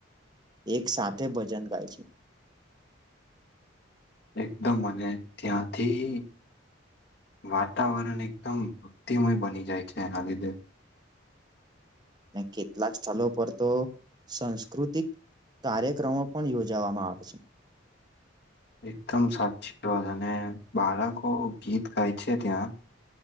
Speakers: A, on the right (about 20°); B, on the left (about 55°).
A: એક સાથે ભજન ગાય છે
B: એકદમ અને ત્યાંથી વાતાવરણ એકદમ બુદ્ધિમય બની જાય છે એના લીધે
A: ને કેટલાક સ્થળ પર તો સંસ્કૃતિક કાર્યક્રમો પણ યોજાવામાં આવે છે
B: એકદમ સાચી વાત અને બાળકો ગીત ગાય છે ત્યાં